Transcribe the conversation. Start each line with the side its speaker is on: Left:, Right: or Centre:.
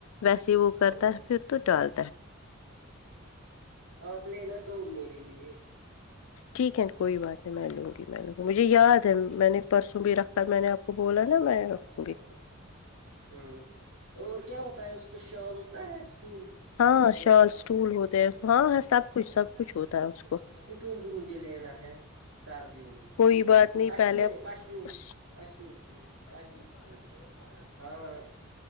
Left: ویسے وہ کرتا
Right: ہاں
Left: ہے پھر تو ڈال
Right: آپ لینا دو میرے لیے
Left: ٹھیک ہے کوئی بات نہیں میں لوں گی میں لوں گی مجھے یاد ہے میں نے پرسوں بھی رکھا ہے میں نے آپ کو بولا نا میں رکھوں
Right: ہ
Left: گی
Right: اور کیا ہوتا ہے اس کو شال ہوتا ہے اسٹول
Left: ہاں
Right: وغیرہ
Left: شال اسٹول ہوتے
Right: سب
Left: ہیں ہاں ہاں کچھ کچھ
Right: کچ
Left: ہوتا ہے اس کو
Right: سٹول بھی مجھے لینا ہے <inaudible> سردیوں میں
Left: کوئی بات نہیں
Right: پشمین
Left: پہلے آپ
Right: پشمین پشمین سوٹ پشمین سوٹ پشمین والا ہاں